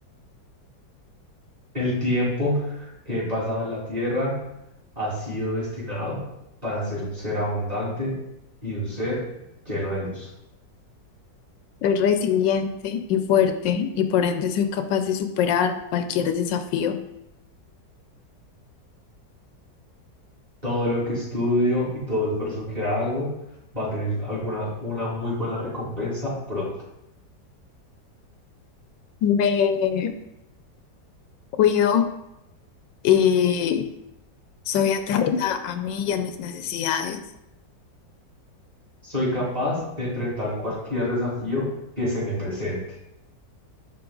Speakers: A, on the right (about 20°); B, on the left (about 80°).
A: El tiempo que he pasado en la tierra ha sido destinado para ser un ser abundante y un ser lleno de luz.
B: Soy resiliente y fuerte y por ende soy capaz de superar cualquier desafío.
A: Todo lo que estudio y todo el esfuerzo que hago va a tener alguna, una muy buena recompensa pronto.
B: Me cuido y soy atenta a mí y a mis necesidades.
A: Soy capaz de enfrentar cualquier desafío que se me presente.